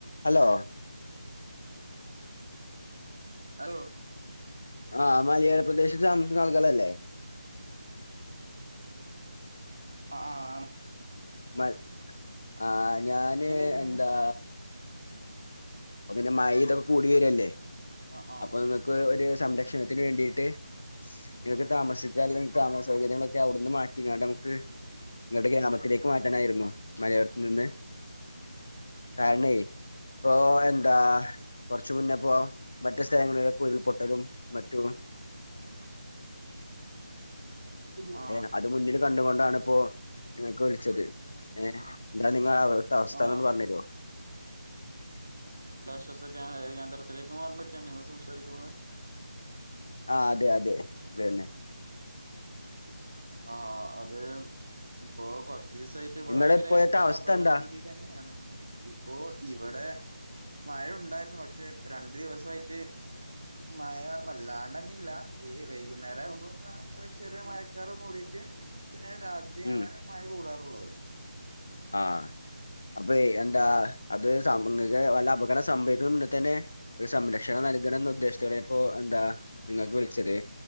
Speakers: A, on the left; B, on the right.
A: Hello
B: ഓ
A: ആ മലയോര പ്രദേശത്ത് താമസിക്കുന്ന ആൾക്കാരല്ലെ
B: അ ആണ്
A: മട് ആ ഞാന്
B: എന്തായിരുന്നു
A: എന്താ അപ്പൊ പിന്നെ മഴിം തൊക്കെ കൂടി വരുല്ലേ
B: ആ ആ
A: അപ്പൊ ങ്ങക്ക് ഒരു സംരക്ഷണത്തിന് വേണ്ടീട്ട് നിങ്ങക്ക്
B: ആ
A: താമസിക്കാൻ അല്ലെയ് താമസ സൗകര്യങ്ങളൊക്കെ അവുട്ന്ന് മാറ്റിങ്ങാണ്ട് അമ്മക്ക് ങ്ങട്ട് ഗ്രാമത്തിലേക്ക് മാറ്റാനായിരുന്നു മലയോരത്ത് നിന്ന് കാരണെയ് ഓ എൻ ന്താ കൊർച്ച് മുന്നപ്പോ മറ്റു സ്ഥലങ്ങളിലൊക്കെ ഉരുൾപൊട്ടലും മറ്റും
B: ആ
A: ഏഹ് അത് മുന്നിൽ കണ്ടുകൊണ്ടാണ് പ്പൊ നിങ്ങക്ക് വിൾച്ചത് ഏ <unintelligible> അവ്ട്ത്തവസ്ഥാന്നൊന്ന്
B: ആ
A: പർഞ്ഞെരൊ
B: ശ്വസ കേ ഏ കേന്ദ്രത്തിലേക്ക് മാർണ് പറ്റിയാണൊ നിങ്ങള് സംസാരിക്കുന്നത്
A: ആ അതെ അതെ അതെന്നെ
B: ആ അത് ഇപ്പൊ കൊ സീസായിട്ട് വടെ
A: നിങ്ങളെ
B: വയങ്കരെ
A: ഇപ്പോഴത്തെ അവസ്ഥ
B: അപകടപീതി
A: എന്താ
B: തന്നേണ് ഇപ്പോ ഇവടെ മഴ ഉണ്ടായിരുന്നു പക്ഷെ രണ്ടു ദിവസായ്റ്റ് മയ വല്ലാണ്ടങ്ങില്ല ഈ വൈകുന്നേരാവുമ്പൊക്ക ഒരു ചെറിയ മഴക്ക് ക്കാറ് മൂടീറ്റ് പിന്നെ രാത്രിയാണ്
A: ഉം
B: മഴ കൂടാറുള്ളത്
A: ആ അപ്പെയ് എന്താ അത് സം ങ്ങക്ക് വല്ല അപകട സംഭവിക്ക്ണ മുന്ന തന്നെ ഒരു സംരക്ഷണം നൽകണം ന്ന ഉദ്ദേശത്തോടെ ഇപ്പോ എന്താ നിങ്ങക്ക് വിൾച്ചത്